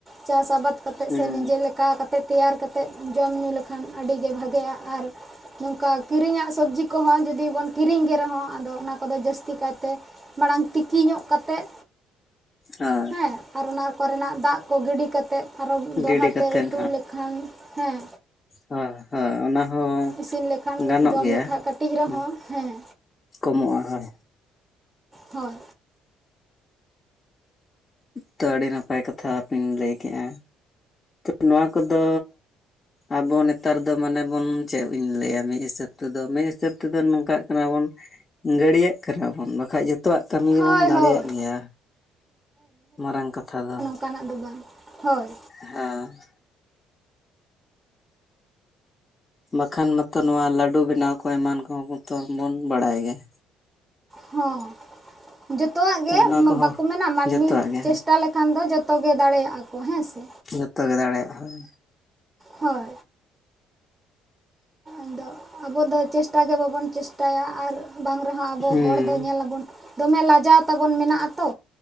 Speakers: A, on the right; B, on the left.
A: ᱪᱟᱥ ᱟᱵᱟᱫ ᱠᱟᱛᱮᱫ
B: ᱦᱮᱸ
A: ᱥᱮ ᱱᱤᱡᱮ ᱞᱮᱠᱟ ᱠᱟ ᱛᱮ ᱛᱮᱭᱟᱨ ᱠᱟᱛᱮᱫ ᱡᱚᱢ ᱧᱩ ᱞᱮᱠᱷᱟᱱ ᱟᱹᱰᱤ ᱜᱮ ᱵᱷᱟᱜᱮᱜᱼᱟ ᱟᱨ ᱱᱚᱝᱠᱟ ᱠᱤᱨᱤᱧᱟᱜ ᱥᱚᱵᱡᱤ ᱠᱚᱦᱚᱸ ᱡᱩᱫᱤ ᱵᱚᱱ ᱠᱤᱨᱤᱧ ᱜᱮ ᱨᱮᱦᱚᱸ ᱟᱫᱚ ᱚᱱᱟ ᱠᱚᱫᱚ ᱡᱟᱹᱥᱛᱤ ᱠᱟᱭ ᱛᱮ ᱢᱟᱲᱟᱝ ᱛᱤᱠᱤ ᱧᱚᱜ ᱠᱟᱛᱮᱜ,
B: ᱦᱳᱭ
A: ᱦᱮᱸ ᱟᱨ ᱚᱱᱟ ᱠᱚᱨᱮᱱᱟᱜ ᱫᱟᱜ ᱠᱚ ᱜᱤᱰᱤ ᱠᱟᱛᱮᱫ ᱟᱨᱚ ᱫᱚᱲᱦᱟ
B: ᱜᱤᱰᱤ ᱠᱟᱛᱮᱫ
A: ᱛᱮ ᱩᱛᱩ ᱞᱮᱠᱷᱟᱱ ᱦᱮᱸ
B: ᱦᱚ ᱦᱚ ᱚᱱᱟ ᱦᱚᱸ
A: ᱤᱥᱤᱱ ᱞᱮᱠᱷᱟᱱ
B: ᱜᱟᱱᱚᱜ
A: ᱡᱚᱢ
B: ᱜᱮᱭᱟ
A: ᱞᱮᱠᱷᱟᱱ ᱠᱟᱹᱴᱤᱡ ᱨᱮᱦᱚᱸ
B: ᱩ
A: ᱦᱮᱸ
B: ᱠᱚᱢᱚᱜᱼᱟ ᱦᱳᱭ᱾
A: ᱦᱳᱭ
B: ᱛᱚ ᱟᱹᱰᱤ ᱱᱟᱯᱟᱭ ᱠᱟᱛᱷᱟ ᱯᱤᱱ ᱞᱟᱹᱭ ᱠᱮᱜᱼᱟ᱾ <inaudible> ᱱᱚᱣᱟ ᱠᱚᱫᱚ ᱟᱵᱚ ᱱᱮᱛᱟᱨ ᱫᱚ ᱢᱟᱱᱮ ᱵᱚᱱ ᱪᱮᱫ ᱤᱧ ᱞᱮᱭᱟ ᱢᱤᱫ ᱦᱤᱥᱟᱹᱵ ᱛᱮᱫᱚ ᱢᱤᱫ ᱦᱤᱥᱟᱹᱵ ᱛᱮᱫᱚ ᱱᱚᱝᱠᱟᱜ ᱠᱟᱱᱟ ᱵᱚᱱ ᱜᱟᱹᱟᱹᱲᱭᱟᱹᱜ ᱠᱟᱱᱟ ᱵᱚᱱ ᱵᱟᱠᱷᱟᱡ ᱡᱷᱚ ᱛᱚᱣᱟᱜ ᱠᱟᱹᱢᱤ ᱜᱮᱵᱚᱱ
A: ᱦᱳᱭ
B: ᱫᱟᱲᱮᱭᱟᱜ
A: ᱦᱳᱭ
B: ᱜᱮᱭᱟ, ᱢᱟᱨᱟᱝ ᱠᱟᱛᱷᱟ ᱫᱚ᱾
A: ᱠᱟᱱᱟᱜ ᱫᱚ ᱵᱟᱝ ᱦᱳᱭ
B: ᱦᱮᱸ᱾ ᱵᱟᱠᱷᱟᱱ ᱢᱟᱛᱚ ᱱᱚᱣᱟ ᱞᱟᱹᱰᱩ ᱵᱮᱱᱟᱣ ᱠᱚ ᱮᱢᱟᱱ ᱠᱚᱦᱚᱸ ᱛᱚ ᱵᱚᱱ ᱵᱟᱲᱟᱭ ᱜᱮᱭᱟ᱾
A: ᱦᱚᱸ᱾ ᱡᱚᱛᱚᱣᱟᱜ ᱜᱮ
B: ᱛᱚ ᱚᱱᱟ
A: ᱢᱟ
B: ᱠᱚᱦᱚᱸ
A: ᱵᱟᱠᱚ ᱢᱮᱱᱟ ᱢᱟᱹᱱᱢᱤ
B: ᱡᱚᱛᱚᱣᱟᱜ ᱜᱮ
A: ᱪᱮᱥᱴᱟ ᱞᱮᱠᱷᱟᱱ ᱫᱚ ᱡᱚᱛᱚ ᱜᱮ ᱫᱟᱲᱮᱭᱟᱜᱼᱟ ᱠᱚ ᱦᱮᱸ ᱥᱮ
B: ᱡᱷᱚᱛᱚ ᱜᱮ ᱫᱟᱲᱮᱭᱟᱜ ᱦᱳᱭ᱾
A: ᱦᱳᱭ᱾ ᱟᱫᱚ ᱟᱵᱚ ᱫᱚ ᱪᱮᱥᱴᱟ ᱜᱮ ᱵᱟᱵᱚᱱ ᱪᱮᱥᱴᱟᱭᱟ ᱟᱨ ᱵᱟᱝ ᱨᱮ ᱦᱚᱸ ᱟᱵᱚ
B: ᱦᱩᱸ
A: ᱦᱚᱲ ᱫᱚ ᱧᱮᱞᱟᱵᱚᱱ ᱫᱚᱢᱮ ᱞᱟᱡᱟᱣ ᱛᱟᱵᱚᱱ ᱢᱮᱱᱟᱜ-ᱟ ᱛᱚ᱾